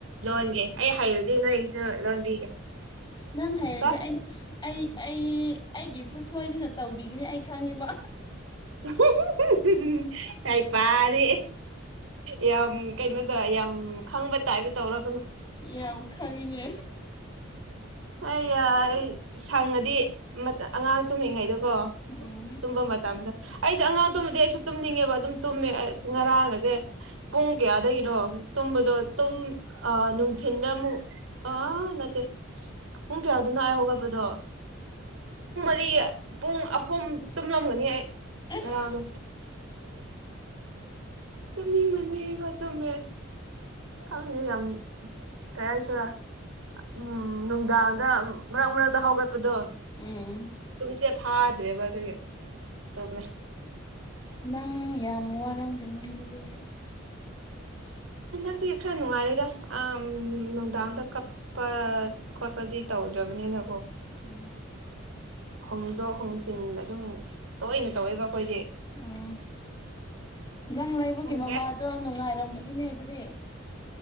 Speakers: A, on the right; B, on the left.
A: ꯂꯣꯟꯒꯦ ꯑꯩ ꯍꯩꯔꯨꯗꯤ ꯅꯣꯏꯁꯨ ꯂꯣꯟꯕꯤꯒꯦ
B: ꯅꯪ ꯍꯥꯏꯗꯦ
A: ꯀꯣ
B: ꯑꯩ ꯑꯩ ꯑꯩ ꯑꯩꯒꯤꯁꯨ ꯁꯣꯏꯗꯅ ꯇꯧꯕꯤꯒꯅꯤ ꯑꯩ ꯈꯪꯉꯤꯕ
A: ꯍꯍꯍ ꯌꯥꯥꯏ ꯄꯔꯦ ꯌꯥꯝ ꯀꯩꯅꯣꯗ ꯌꯥꯝ ꯈꯪꯕ ꯇꯥꯏ ꯇꯧꯔ
B: ꯌꯥꯝ ꯈꯪꯉꯤꯅꯦ
A: ꯑꯩ ꯑꯩ ꯐꯪꯉꯗꯤ ꯑꯉꯥꯡ ꯇꯨꯝꯂꯤꯉꯩꯗꯀꯣ
B: ꯎꯝ
A: ꯇꯨꯝꯕ ꯃꯇꯝꯗ ꯑꯩꯁꯦ ꯑꯉꯥꯡ ꯇꯨꯝꯃꯗꯤ ꯑꯩꯁꯨ ꯇꯨꯝꯅꯤꯡꯉꯦꯕ ꯑꯗꯨꯝ ꯇꯨꯝꯃꯦ ꯑꯁ ꯉꯔꯥꯡ ꯑꯁꯦ ꯄꯨꯡ ꯀꯌꯥꯗꯒꯤꯅꯣ ꯇꯨꯝꯕꯗꯣ ꯇꯨꯝ ꯅꯨꯡꯊꯤꯤꯟꯗ ꯑꯃꯨꯛ ꯑꯥ ꯅꯠꯇꯦ ꯄꯨꯡ ꯀꯌꯥꯗꯨꯅꯥꯛ ꯍꯧꯒꯕꯗꯣ ꯀꯔꯤ ꯄꯨꯡ ꯑꯍꯨꯝ ꯇꯨꯝꯂꯝꯒꯅꯤ ꯑꯩ
B: ꯑꯁ
A: ꯉꯔꯥꯗꯣ ꯇ ꯅ ꯃꯅꯔꯦꯒ ꯇ ꯃ ꯈꯪꯉꯦ ꯌꯥꯝ ꯀꯔ ꯍꯥꯏꯁꯤꯔ ꯎꯝ ꯅꯨꯡꯗꯥꯡꯗ ꯃꯔꯛ ꯃꯔꯒꯗ ꯍꯒꯠꯇꯗ
B: ꯎꯝ
A: ꯇꯨꯝꯁꯦ ꯊꯥꯗ꯭ꯔꯦꯕ ꯑꯗꯨꯒꯤ ꯇꯧꯃꯦ
B: ꯅꯪ ꯌꯥꯝ ꯋꯥꯔꯝꯒꯅꯤ ꯑꯗꯨꯗꯤ
A: ꯑꯗꯗꯤ ꯑꯩꯈꯔ ꯅꯅꯨꯡꯉꯥꯔꯦꯗ ꯑ ꯅꯣꯡꯗꯥꯥꯡꯗ ꯀꯞꯄ ꯈꯣꯠꯄꯗꯤ ꯇꯧꯗ꯭ꯔꯕꯅꯤꯅ
B: ꯎꯝ
A: ꯍꯣꯡꯗꯣꯛ ꯍꯣꯡꯆꯤꯟ ꯑꯗꯨꯝ ꯇꯣꯏꯅ ꯇꯧꯋꯦꯕ ꯑꯩꯈꯣꯏꯗꯤ
B: ꯑꯥ ꯅꯪ ꯂꯩꯕꯒꯤ
A: ꯈꯪꯗꯦ
B: ꯃꯃꯥꯗꯣ ꯅꯨꯡꯉꯥꯏꯔꯝꯒꯅꯤꯅꯦ ꯑꯗꯨꯗꯤ